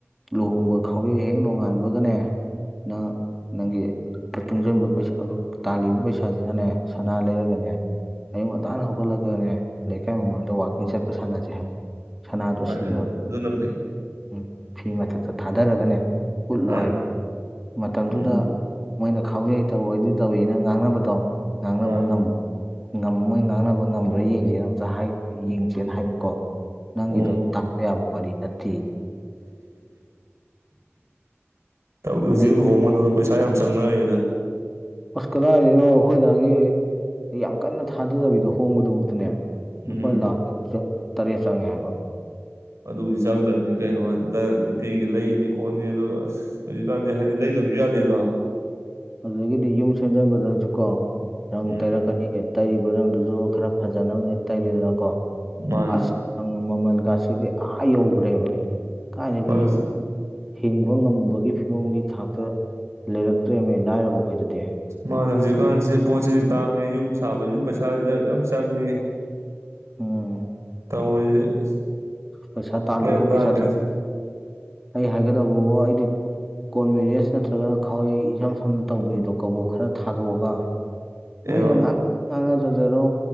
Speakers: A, in the centre; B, on the right.
A: ꯂꯨꯍꯣꯡꯕ ꯈꯥꯎꯌꯩ ꯍꯦꯛ ꯅꯣꯡꯉꯥꯟꯕꯒꯅꯦ ꯅꯪ ꯅꯪꯒꯤ ꯇꯨꯡꯁꯤꯟꯕ ꯄꯩꯁꯥ ꯇꯥꯜꯂꯤꯕ ꯄꯩꯁꯥꯖꯤꯅꯅꯦ ꯁꯅꯥ ꯂꯩꯔꯒꯅꯦ ꯑꯌꯨꯛ ꯉꯟꯇꯥꯥꯟꯅ ꯍꯧꯒꯠꯂꯒꯅꯦ ꯂꯩꯀꯥꯏ ꯃꯃꯥꯡꯗ ꯋꯥꯛꯀꯤꯡ ꯆꯠꯄ ꯁꯥꯟꯅꯖꯦ ꯍꯥꯏꯕ ꯁꯅꯥꯗꯣ
B: ꯃꯥꯅꯤ
A: ꯁꯤꯑꯣ
B: ꯑꯗꯨꯅ ꯐꯩ
A: ꯎꯝ ꯐꯤ ꯃꯊꯛꯇ ꯊꯥꯗꯔꯒꯅꯦ ꯎꯠꯂꯣ
B: ꯃꯥꯅꯤ
A: ꯍꯥꯏꯕ ꯃꯇꯝꯗꯨꯗ
B: ꯎꯝ
A: ꯃꯣꯏꯅ ꯈꯥꯎꯌꯩ ꯇꯧꯏ ꯑꯗꯨ ꯇꯧꯋꯤꯅ ꯉꯥꯡꯅꯕ ꯗꯣ ꯉꯥꯡꯅꯕ
B: ꯃꯥꯅꯤ
A: ꯉꯝ ꯉꯝ ꯃꯣꯏ ꯉꯥꯡꯅꯕ ꯉꯝꯃꯣꯏ ꯌꯦꯡꯁꯦ ꯑꯝꯇ ꯍꯥꯏ ꯌꯦꯟ ꯆꯦꯅ ꯍꯥꯏꯕꯀꯣ ꯅꯪꯒꯤꯗꯣ
B: ꯎꯝ
A: ꯇꯥꯛꯄ ꯌꯥꯕ ꯋꯥꯔꯤ ꯅꯠꯇꯦ
B: ꯇꯧꯗꯣꯏ ꯁꯦ
A: ꯑꯩ
B: ꯃꯑꯣꯡ ꯃꯗꯨꯒ ꯄꯩꯩꯁ <unintelligible> ꯌꯥꯝ ꯆꯪꯅꯔꯦꯗ
A: ꯑꯁ ꯀꯗꯥꯏꯗꯩꯩꯅꯣ ꯑꯩꯈꯣꯏꯗꯥꯒꯤ ꯌꯥꯝ ꯀꯟꯅ ꯊꯥꯗꯗꯕꯤꯗ ꯍꯣꯡꯕꯗꯨꯕꯨꯛꯇꯅꯦ ꯂꯨꯄꯥ
B: ꯎꯝ
A: ꯂꯥꯛ ꯇꯔꯦꯠ ꯆꯪꯉꯦ ꯍꯥꯏꯕ
B: ꯑꯗꯨꯕꯨꯗꯤ ꯆꯪꯗ꯭ꯔꯅꯤꯅ ꯀꯩꯅꯣꯗ ꯅꯨꯄꯤꯒꯤ ꯂꯩꯅꯤ ꯈꯣꯠꯅꯤ ꯑꯗꯨ ꯑꯁ ꯍꯧꯖꯤꯛꯀꯥꯟꯗꯤ ꯍꯥꯏꯗꯤ ꯂꯩꯗꯕꯁꯨ ꯌꯥꯗꯦꯗꯣ
A: ꯑꯗꯨꯗꯒꯤꯗꯤ ꯌꯨꯝ ꯁꯦꯝꯖꯤꯟꯕꯗ ꯖꯨꯀꯣ ꯔꯡ
B: ꯎꯝ
A: ꯇꯩꯔꯛꯀꯅꯤ ꯇꯩꯔꯤꯕ ꯔꯡꯗꯨꯁꯨ ꯈꯔ ꯐꯖꯅꯕꯅꯦ ꯇꯩꯔꯤꯗꯅꯀꯣ
B: ꯃꯥꯅꯦ
A: ꯑꯁ ꯃꯃꯜꯒꯁꯤꯗꯤ ꯑꯥ ꯌꯧꯈ꯭ꯔꯦꯕ ꯀꯥꯏꯗꯒꯤ
B: ꯃꯥꯅꯦ
A: ꯍꯤꯡꯕ ꯉꯝꯕꯒꯤ ꯐꯤꯕꯝꯒꯤ ꯊꯥꯛꯇ ꯂꯩꯔꯛꯇ꯭ꯔꯦꯅꯦ ꯂꯥꯏꯔꯕ ꯑꯩꯈꯣꯏꯗꯗꯤ
B: ꯃꯥꯅꯦ ꯍꯧꯖꯤꯛꯀꯥꯟꯁꯦ ꯄꯣꯠꯁꯤ ꯇꯥꯡꯉꯦ ꯌꯨꯝ ꯁꯥꯕꯁꯨ ꯄꯩꯁꯥ ꯌꯥꯝ ꯆꯪꯅꯤ
A: ꯎꯝ
B: ꯇꯧꯔꯤꯁꯦ
A: ꯄꯩꯁꯥ ꯇꯥꯜꯂꯨꯀꯣ
B: ꯒ꯭ꯌꯥꯟ ꯇꯥꯗ꯭ꯔꯦꯗ
A: ꯄꯩꯁꯥ ꯑꯩ ꯍꯥꯏꯒꯗꯕꯕꯨ ꯑꯩꯗꯤ ꯀꯣꯔ ꯃꯦꯔꯤꯁ ꯅꯠꯇ꯭ꯔꯒꯅ ꯈꯥꯎꯩ ꯏ ꯏꯁꯆꯝ ꯁꯝꯅ ꯇꯧꯕꯤꯗꯣ ꯀꯧꯕꯣꯛ ꯈꯔ ꯊꯥꯗꯣꯛꯑꯒ ꯅꯣꯏꯒꯤꯗꯣ
B: ꯑ
A: ꯉꯥꯍꯛ ꯉꯥꯡꯅꯖꯖꯔꯣ